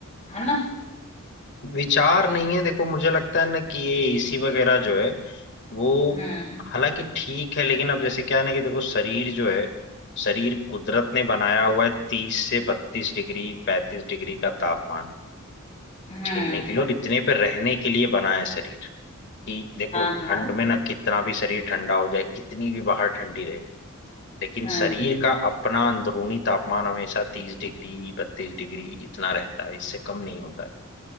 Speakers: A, on the left; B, on the left.
A: है ना
B: विचार नहीं है देखो मुझे लगता है ना कि ये एसी वगैरह जो है वो
A: हम्म
B: हालांकि ठीक है लेकिन अब जैसे क्या है ना कि देखो शरीर जो है शरीर कुदरत ने बनाया हुआ है तीस से बत्तीस डिग्री पैंतीस डिग्री का तापमान
A: हम्म
B: झेलने के लिए और इतने पे रहने के लिए बना है शरीर कि देखो
A: हाँ हाँ
B: ठंड में ना कितना भी शरीर ठंडा हो जाए कितनी भी बाहर ठंडी रहे लेकिन
A: हम्म
B: शरीर का अपना अंदरूनी तापमान हमेशा तीस डिग्री बत्तीस डिग्री इतना रहता है इससे कम नहीं होता है